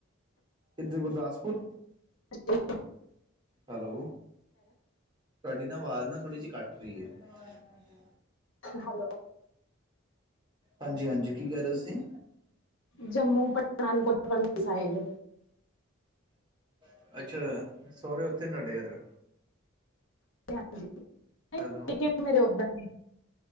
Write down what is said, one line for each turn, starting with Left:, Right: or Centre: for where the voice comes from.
Right: ਇੱਧ ਗੁਰਦਾਸਪੁਰ
Left: ਅੱਛਾ
Right: ਹੈਲੋ ਤੁਹਾਡੀ ਨਾ ਆਵਾਜ਼ ਨਾ ਥੋੜ੍ਹੀ ਜਿਹੀ ਕੱਟ ਰਹੀ ਹੈ
Left: ਭੱਲੋ
Right: ਹਾਂਜੀ ਹਾਂਜੀ ਕੀ ਕਰਹਿ ਰਹੇ ਤੁਸੀਂ
Left: ਜੰਮੂ ਪਠਾਨਕੋਟ ਵਾਲੀ ਸਾਈਡ
Right: ਹ ਅੱਛਾ ਸਹੁਰੇ ਉੱਥੇ ਤੁਡੇ ਘਰ
Left: ਹਾਂਜੀ
Right: ਹੈਲੋ
Left: ਮੇਰੇ ਉੱਧਰ ਨੇ